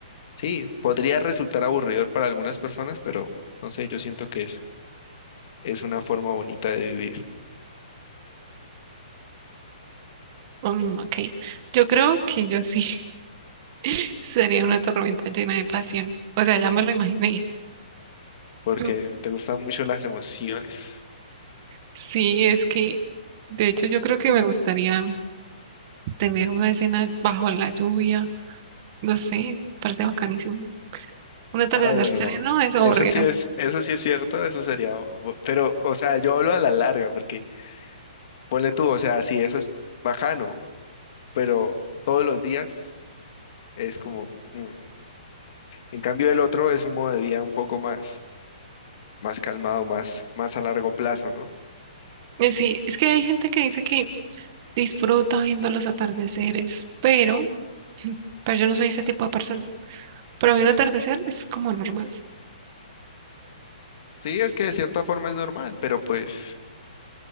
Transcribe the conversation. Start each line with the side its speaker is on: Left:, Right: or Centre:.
Left: Sí, podría resultar aburridor para algunas personas, pero no sé, yo siento que es, es una forma bonita de vivir,
Right: Mm, ok, yo creo que yo sí <laughs> sería una tormenta llena de pasión. O sea, ya me lo imaginé.
Left: porque
Right: <clears throat>
Left: te gustan mucho las emociones.
Right: Sí, es que, de hecho, yo creo que me gustaría tener una escena bajo la lluvia. No sé, parece bacanísimo. Un atardecer
Left: Ah, bueno,
Right: sereno es aburrido.
Left: eso sí es, eso sí es cierto, eso sería, bu- pero, o sea, yo hablo a la larga, porque ponle tú, o sea, sí, eso es bacano, pero todos los días es como, mm. en cambio el otro es un modo de vida un poco más, más calmado, más, más a largo plazo, ¿no?
Right: Y Sí, es que hay gente que dice que disfruta viendo los atardeceres, pero, pero yo no soy ese tipo de persona. Para mí un atardecer es como normal.
Left: Sí, es que de cierta forma es normal, pero pues...